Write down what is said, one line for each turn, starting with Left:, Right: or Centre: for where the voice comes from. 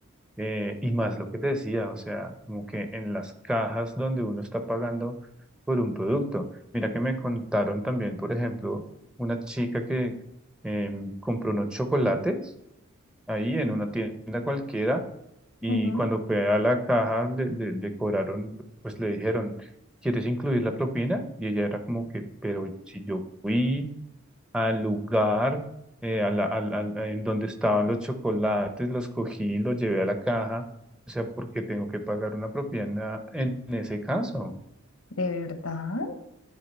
Centre: eh, y más lo que te decía, o sea, como que en las cajas donde uno está pagando por un producto. Mira que me contaron también, por ejemplo, una chica que em, compró unos chocolates ahí en una tienda cualquiera y
Left: Ujú.
Centre: cuando fue a la caja, le, le, le cobraron, pues le dijeron, ¿quieres incluir la propina? Y ella era como que, pero si yo fui al lugar eh, a la- al- al- a- en donde estaban los chocolates, los cogí, los llevé a la caja. O sea, ¿por qué tengo que pagar una propina en ese caso?
Left: ¿De verdad?